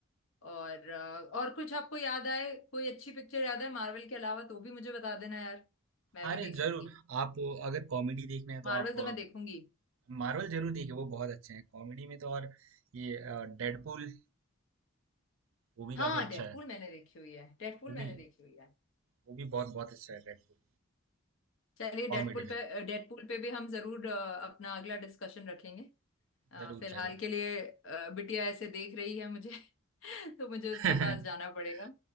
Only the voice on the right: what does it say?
अरे
जरूर
आप अगर कॉमेडी देखना है
तो आप
मार्वल जरूर देखिए वो बहुत अच्छे हैं कॉमेडी में तो और ये डेडपूल वो भी
काफी अच्छा
है
वो भी
वो भी बहुत बहुत अच्छा है डेडपूल
कॉमेडी
में
जरूर
जरूर
<laughs>
चलिए